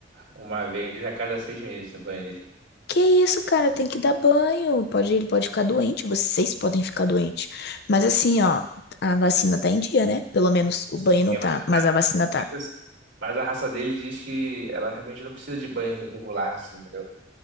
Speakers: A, on the right (about 70°); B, on the left (about 60°).
A: uma vez a cada seis meses o banho dele
B: Que isso, cara? Tem que dar banho. Pode, ele pode ficar doente, vocês podem ficar doentes. Mas assim, ó, a vacina tá em dia, né? Pelo menos o
A: Sim,
B: banho não
A: você
B: tá,
A: tá.
B: mas a vacina tá.
A: Mas, essa- mas a raça dele diz que ela realmente não precisa de banho regular, assim, entendeu?